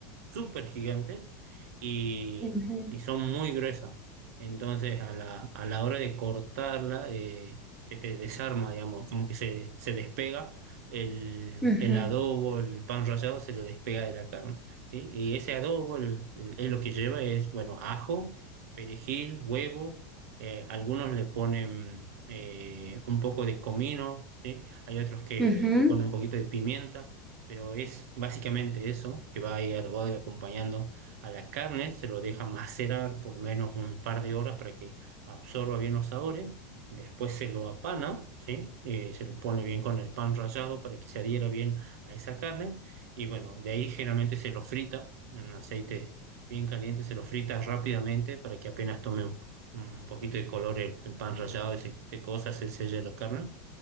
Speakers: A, on the right; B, in the centre.
A: súper gigantes y,
B: Ujú,
A: y son muy gruesas. Entonces, a la, a la hora de cortarla, eh, se te desarma, digamos, como que se, se despega el,
B: ujú,
A: el adobo, el pan rallado se le despega de la carne. ¿sí? Y ese adobo el- el- es lo que lleva, es, bueno, ajo, perejil, huevo, eh, algunos le ponen eh, un poco de comino, ¿sí? Hay otros que
B: ujú.
A: le ponen un poquito de pimienta, pero es básicamente eso, que va ahí adobado y acompañando a la carne, se lo deja macerar por menos un par de horas para que absorba bien los sabores Después se lo apana, ¿sí? Eh, se lo pone bien con el pan rallado para que se adhiera bien a esa carne. Y bueno, de ahí generalmente se lo frita en un aceite bien caliente, se lo frita rápidamente para que apenas tome un, un poquito de color el, el pan rallado y se, se cosa, se sella la carne.